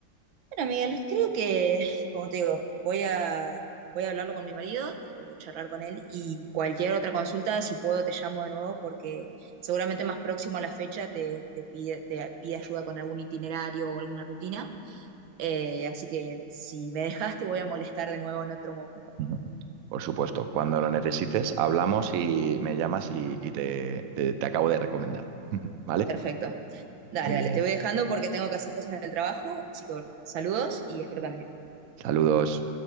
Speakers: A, on the right; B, on the right.
A: Bueno, Miguel, creo que, como te digo, voy a, voy a hablarlo con mi marido, tengo que charlar con él y cualquier otra consulta, si puedo, te llamo de nuevo porque seguramente más próximo a la fecha te, te pide, te pide ayuda con algún itinerario o alguna rutina. Eh, así que si me dejas, te voy a molestar de nuevo en otro momento.
B: Ujú. Por supuesto, cuando lo necesites, hablamos y me llamas y, y te, te te acabo de recomendar. <laughs> ¿Vale?
A: Perfecto. Dale,
B: Muy
A: dale,
B: bien.
A: te voy dejando porque tengo que hacer cosas del trabajo. Así que bueno, saludos y espero que andes bien.
B: Saludos.